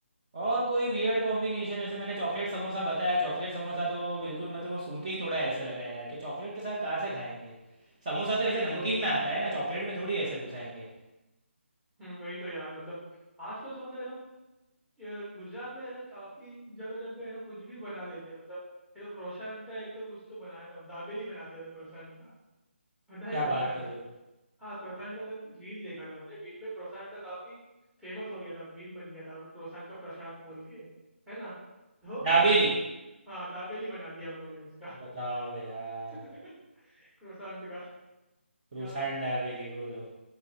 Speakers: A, on the right; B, in the centre.
A: और कोई वियर्ड कॉम्बिनेशन ऐसे मैंने चॉकलेट समोसा बताया चॉकलेट समोसा तो बिल्कुल मतलब वो सुन के ही थोड़ा ऐसे लगा यार कि चॉकलेट के साथ कहाँ से खाएंगे समोसा
B: <laughs>
A: तो ऐसे
B: वही
A: नमकीन
B: तो
A: में आता है ना चॉकलेट में थोड़ी ऐसे घुसाएंगे
B: हम्म, वही तो यार मतलब आजकल तो मतलब है ना ये गुजरात में है ना काफी जगह जब पे है ना कुछ भी बना देते हैं मतलब ये तो क्रोसेंट का एक तो कुछ तो बनाया था दाबेली बना दिया था क्रोसेंट का <laughs> पता है
A: क्या
B: क्रोसेंट
A: बात कर रहे हो
B: हाँ क्रोसेंट का मतलब रील देखा था मैंने बीच में क्रोसेंट का काफी फेमस हो गया था मीम बन गया था क्रोसेंट का प्रशांत बोल के है ना तो
A: दाबेली
B: हाँ दाबेली बना दिया उन्होंने उसका
A: बताओ यार
B: <laughs> क्रोसान का
A: क्रोसान
B: यार
A: दाबेली बोलो